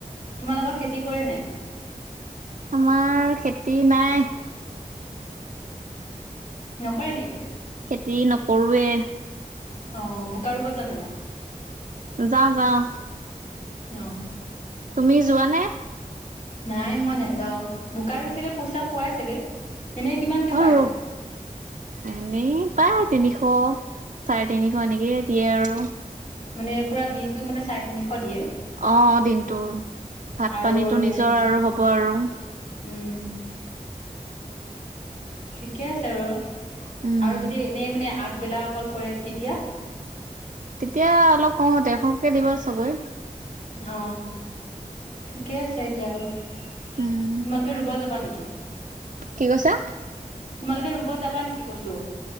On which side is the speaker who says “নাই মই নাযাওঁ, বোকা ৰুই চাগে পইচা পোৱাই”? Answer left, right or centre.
Left